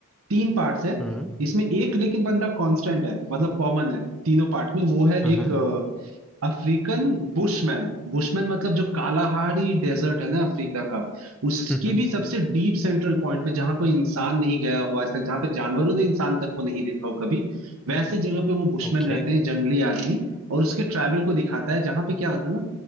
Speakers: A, on the right; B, in the centre.
A: तीन पार्ट्स है
B: हम्म
A: इसमें एक लेकिन बंदा कांस्टेंट है मतलब कॉमन है तीनों पार्ट में वो है
B: हाँ
A: एक
B: हाँ,
A: अफ्रीकन बुशमैन बुशमैन मतलब जो कालाहारी डेजर्ट है ना अफ्रीका का उसके
B: हम्म हम्म,
A: भी सबसे डीप सेंट्रल पॉइंट पे जहां कोई इंसान नहीं गया हो आज तक जहां पे जानवरों ने इंसान तक को नहीं देखा हो कभी वैसे जगह पे वो बुशमैन
B: ओके
A: रहते हैं जंगली आदमी और उसके ट्रैवल को दिखाता है जहां पे क्या होता है ना